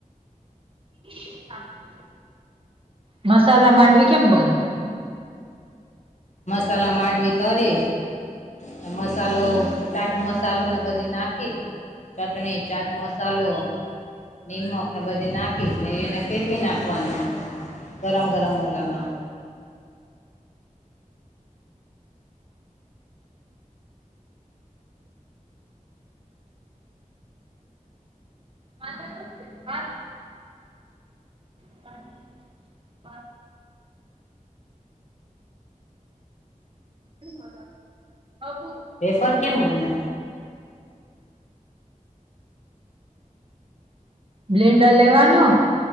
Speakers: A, on the right; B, on the left.
A: <inaudible> મસાલા માંડવી કેમ બને?
B: મસલા માડવી તરે ને મસાલો ચાટ મસાલોને બધે નાખે. ચટણી, ચાટમસાલો, નિમકને બધી નાખીને એને ફેરવી નાખવાનું ગરમ ગરમ ઓલામાં
A: <inaudible> <inaudible> <inaudible>
B: વેફર કેમ બને?
A: બ્લેન્ડર લેવાનું.